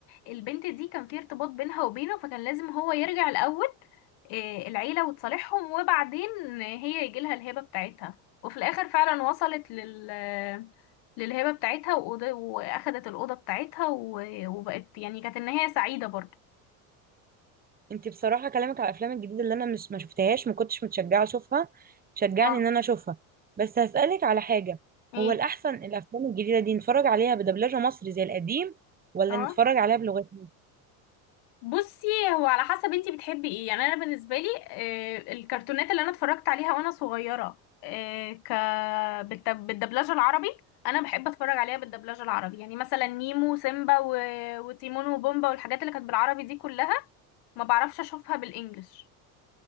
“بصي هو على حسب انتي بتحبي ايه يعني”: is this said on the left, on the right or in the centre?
Left